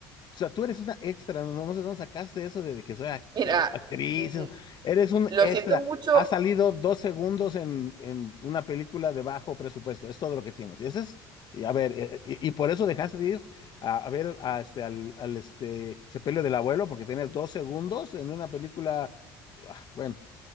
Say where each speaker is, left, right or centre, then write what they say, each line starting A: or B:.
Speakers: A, on the left; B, on the right.
A: O sea, tú eres una extra, no, no sé dónde sacaste eso de, de que soy actro-
B: Mira,
A: actriz,
B: mm,
A: eso. Eres un
B: lo
A: extra.
B: siento mucho.
A: Has salido dos segundos en, en una película de bajo presupuesto, es todo lo que tienes. Ese es, y a ver, eh, y, y por eso dejaste de ir a, a ver a este, al, al este sepelio del abuelo, porque tienes dos segundos en una película. Ah, Bueno,